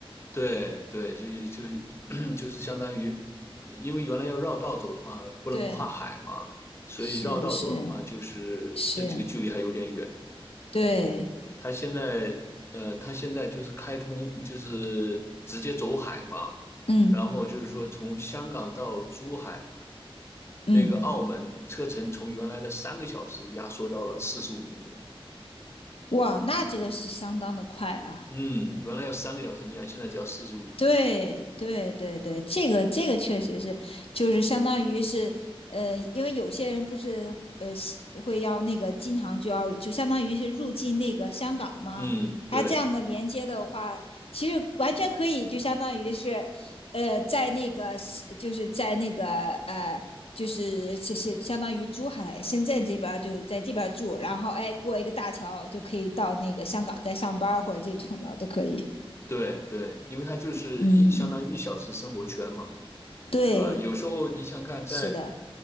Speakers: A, on the left; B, on the left.
A: 对对，就是就是 <clears throat> 就是相当于，因为原来要绕道走的话不能跨海嘛，
B: 对，
A: 所以绕道走的话就是这几个距离还有点远。
B: 是是是，对，
A: 它现在呃，它现在就是开通，就是直接走海嘛。
B: 嗯
A: 然后就是说从香港到珠海，那个澳门车程从原来的三个小时压缩到了四十五分钟。
B: 嗯，哇，那这个是相当的快了。
A: 嗯，原来要三个小时，你想现在只要四十五分钟。
B: 对对对对，这个这个确实是，就是相当于是，呃，因为有些人不是呃喜会要那个经常就要就相当于是入境那个香港嘛，
A: 嗯，
B: 他这样的连接的话，
A: 对
B: 其实完全可以就相当于是，呃，在那个是就是在那个呃就是就是相当于珠海、深圳这边儿就是在这边儿住，然后哎过一个大桥就可以到那个香港再上班儿或者这种的都可以。
A: 对对，因为它就是一相当于一小时生活圈嘛，
B: 嗯。对，
A: 对吧？有时候你想看，在
B: 是的，